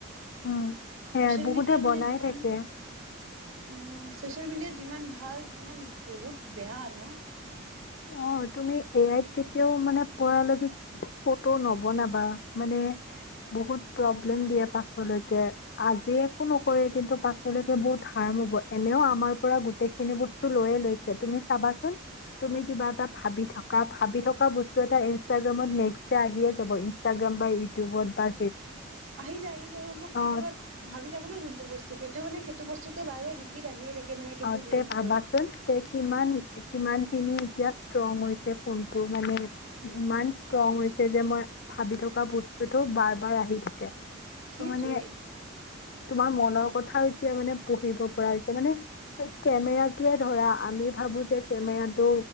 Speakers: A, on the left; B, on the right.
A: উম সেয়াই
B: চচিয়েল
A: বহুতে
B: মিডিয়া মানে
A: বনাই
B: যিমান,
A: থাকে
B: অ' চচিয়েল মিডিয়াত যিমান ভাল সিমান বহুত বেয়া ন'?
A: অ' তুমি এ আইত কেতিয়াও মানে <inaudible> ফটো নবনাবা মানে বহুত প্ৰব্লেম দিয়ে পাছলৈকে। আজি একো নকৰে কিন্তু পাছলৈকে বহুত হাৰ্ম হব। এনেও আমাৰ পৰা গোটেইখিনি বস্তু লৈয়ে লৈছে তুমি চাবাচোন। তুমি কিবা এটা ভাবি থাকা। ভাবি থকা থকা বস্তু এটা ইনষ্টগ্ৰামত নেক্স আহিয়ে যাব ইনষ্টাগ্ৰাম বা ইউটিউবত বা
B: আহি যায় আহি যায় মই কেতিয়াবা
A: অ
B: ভাবি থাকো ন যোনটো বস্তু ত সেইটো মানে সেইটো বস্তুে বাৰ ৰিপিট আহিয়ে থাকে। মানে সেইটো
A: অ'
B: ৰিলেটেবল
A: তে ভাবাচোন তে কিমান? কিমানখিনি এতিয়া ষ্ট্ৰং হৈছে ফোনটো মানে ইমান ষ্ট্ৰং হৈছে যে মই ভাবি থকা বস্তুতটো বাৰ- বাৰ আহি থাকে।
B: সেইটোৱে
A: ত মানে তোমাৰ মনৰ কথা এতিয়া মানে পঢ়িব পৰা হৈছে, মানে কেমেৰাটোৱে ধৰা আমি ভাবো যে কেমেৰাটো